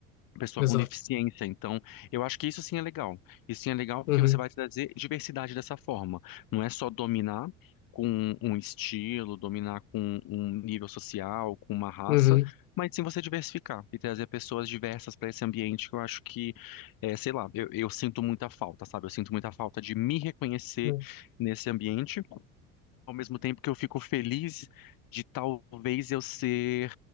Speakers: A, on the left; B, on the left.
A: pessoa
B: Exato.
A: com deficiência. Então, eu acho que isso sim é legal. Isso sim é legal porque
B: Uhum.
A: você vai trazer diversidade dessa forma. Não é só dominar com um estilo, dominar com um nível social, com uma raça,
B: Uhum,
A: mas sim você diversificar e trazer pessoas diversas para esse ambiente que eu acho que, é, sei lá, eu, eu sinto muita falta, sabe? Eu sinto muita falta de me reconhecer
B: né,
A: nesse ambiente ao mesmo tempo que eu fico feliz de talvez eu ser